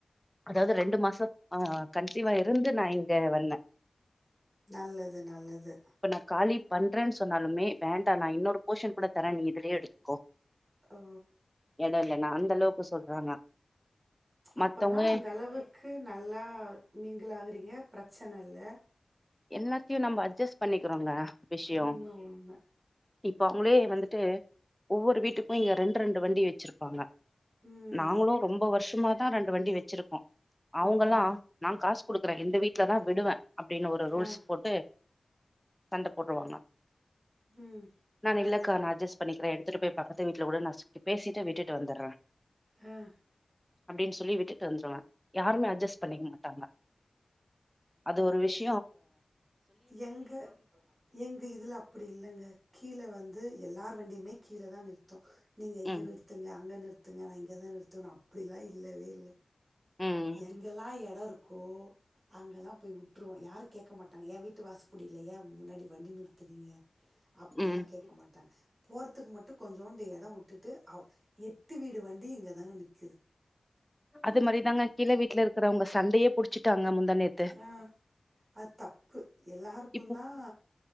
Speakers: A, in the centre; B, on the right (about 35°).
A: அதாவது ரெண்டு மாசோ ஆஹ் கண்ஷிவா இருந்து நா இங்க வந்தே
B: நல்லது நல்லது
A: இப்ப நா காலி பண்றேன்னு சொன்னாலுமே வேண்டா நா இன்னொரு போர்ஷன் கூட தரேன் நீ இதுலயே எடுத்துக்கோ
B: ஓ
A: இல்ல இல்ல நா அந்த அளவுக் சொல்றாங்க மத்தவங்க
B: அப்பனா அந்த அளவுக்கு நல்லா மிங்கிளாகறீங்க பிரச்சன இல்ல
A: எல்லாத் தையு நம்ம அட்ஜஸ்ட் பண்ணிக்கிறோங்க விஷயோ
B: உண்ம உண்ம
A: இப்ப அவங்களே வந்துட்டு ஒவ்வொரு வீட்டுக்கும் இங்க ரெண்டு ரெண்டு வண்டி வச்சிருப்பாங்க
B: ம்
A: நாங்களு ரொம்ப வருஷமாதா ரெண்டு வண்டி வச்சிருக்கோ அவங்கல்லா
B: ம்
A: நா காசு குடுக்குறே இந்த வீட்லதா விடுவே அப்டின்னு ஒரு ந்த ரூல்ஸ்
B: ஆ
A: போட்டு சண்டை போடுவாங்க
B: ம்
A: நா அக்கா நா அட்ஜஸ்ட் பண்ணிக்கிறே எடுத்துட்டு போய் பக்கத்து வீட்ல கூட பேசிட்டு விட்டுட்டு வந்தர்ற
B: ஆ
A: அப்டினு சொல்லி விட்டுட்டு வந்துருவே யாருமே அட்ஜஸ்ட் பண்ணிக்க மாட்டாங்க அது ஒரு விஷ்
B: எங்க எங்க இதுல அப்டி இல்லங்க கீழே வந் இது எல்லார் வண்டியுமே கீழதா நிறுத்தும் நீங்க இங்க
A: ம்
B: நிறுத்துங்க அங்க நிறுத் த்துங்க நா இங்கதா நிறுத்துவேன்னு அப்டிலா இல்லவே இல்ல
A: ம்
B: எங்கெல்லா எடோ இருக்கோ அங்கெல்லா போய் வி்ட்ருவோ யாருக் கேக்க மாட்டாங்க ஏன் வீட்டு வாசப்படில ஏன் முன்னாடி வண்டி நிறுத்துனீங்க அப்டில்லா
A: ம்
B: கேக்க மாட்டே போறதுக்கு மட்டும் கொஞ்சோண்டு எடோ விட்டுட்டு அ எட்டு வீடு வண்டியு இங்கதானுங்க நிக்
A: அது மாரி அப்டிதாங்க கீழ வீட்ல இருக்கிறவங்க சண்டையே புடிச்சுட்டாங்க முந்தா நேத்து
B: ஆ அது தப்பு எல்லாருக்கும்
A: இப்போ
B: தான்